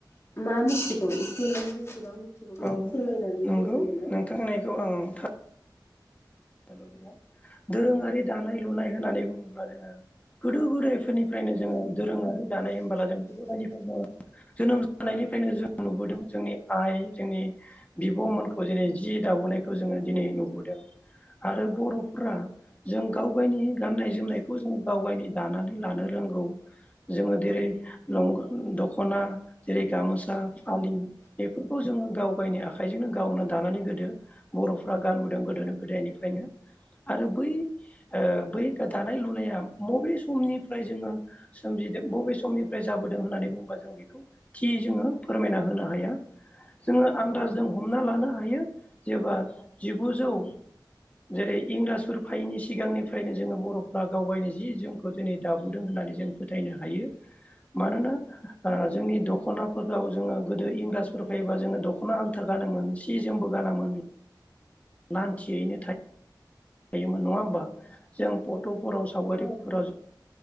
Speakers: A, on the left; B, on the left.
A: मा मिथिगौ एसे माने बेसेबां चिगौ बेखौ
B: औ
A: फोरमायनानै
B: नंगौ
A: होदोनो ना।
B: नोंथां होननायखौ आं हेल' बिदा दोरोङारि दानाय लुनाय होननानै बुङोब्ला जोङो गोदो गोदायफोरनिफ्रायनो जोङो दोरोङारि दानाय होमबाला जों गोदोफायनिफ्रायनो जोनोम जानायनिफ्रायनो जो नुबोदों जोंनि आइ जोंनि बिब'मोनखौ जेरै जि दाब'नायखो जोङो दिनै नुबोद एं आरो बर'फ्रा जों गाव गायनि गाननाय जोमनायखौ जों गाव गायनि दानानै लानो रोंगौ। जोङो देरै लं दख'ना जेरै गामोसा फालिं बेफोरखौ जों गाव गायनि आखाइजोंनो गावनो दानानै गोदो बर'फ्रा गानबोदों गोदोनि गोदायनिफ्रायनो। आरो बै ओ बै गादानाय लुनाया बबे समनिफ्राय जोङो सोमजि बबे समनिफ्राय जाबोदों होननानै बुङोबा जों बेखौ थि जोङो फोरमायना होनो हाया जोङो आन्दारजों
A: औ
B: हमना लानो हायो जेबा जिगुजौ जेरै इंराजफोर फायैनि सिगांनिफ्रायनो जोङो बर'फ्रा गावगायनो जि जोमखौ दिनै दाबोदों होननानै जों फोथायनो हायो मानोना आ जोंनि दख खनाफोदाव जोङो गोदो इंराजफोर फैबा जोङो दख'ना आथार गानोमोन सिजोमबो गानामोन नानथियैनो थाय थायोमोन नङा होमबा जों फट'फोराव सावगारिफोराव
A: औ